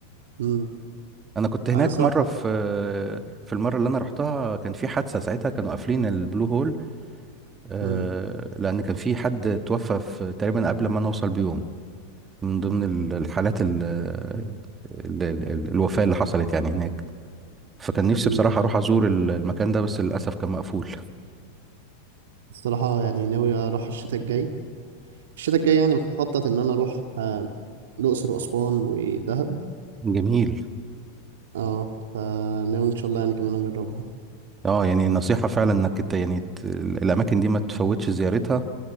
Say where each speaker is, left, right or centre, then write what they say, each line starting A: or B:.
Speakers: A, on the right; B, on the right.
A: مم.
B: انا كنت هناك
A: انا صراحه
B: مرة في آه، في المرة اللي انا رحتها كان في حادثة ساعتها كانوا قافلين البلو هول آه،
A: مم.
B: لان كان في حد توفى في تقريبا قبل ما انا اوصل بيوم من ضمن ال- الحالات ال ال- ال- ال- الوفاة اللي حصلت يعني هناك فكان نفسي
A: مم.
B: بصراحة اروح ازور ال- المكان ده بس للاسف كان مقفول
A: الصراحه يعني ناوي اروح الشتاء الجاي الشتاء الجاي يعني مخطط ان انا اروح آه، الاقصر واسوان ودهب
B: جميل
A: اه فناوي ان شاء الله يعني كمان اجربها
B: اه يعني نصيحة فعلا انك ت- يعني ت- الاماكن دي ما تفوتش زيارتها